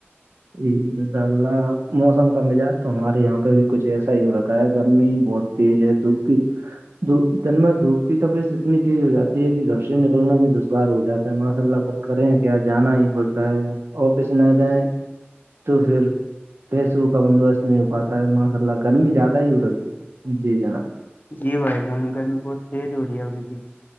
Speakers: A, on the right; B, on the left.
A: جی انشاء اللہ موسم کا مزاج تو ہمارے یہاں ھی کچھ ایسا ہی ہو رکھا ہے گرمی بہت تیز ہے دپ کی د دن میں دھوپ کی تبیعت اتنی تیز ہو جاتی ہے کہ گھر سے نکلنا بھی د بار ہو جاتا ہے ماشاء اللہ فر کریں کہ جانا ہی پڑتا ہے آفس نہ جائیں تو پھر پیسو کا بندوبست نہیں ہو پاتا ہے ماشاء اللہ گرمی زیادہ ہی ہو رہ ہے جی جناب
B: جی بھائی جان گرمی بہت تیز ہو رہی ہے ابھی کی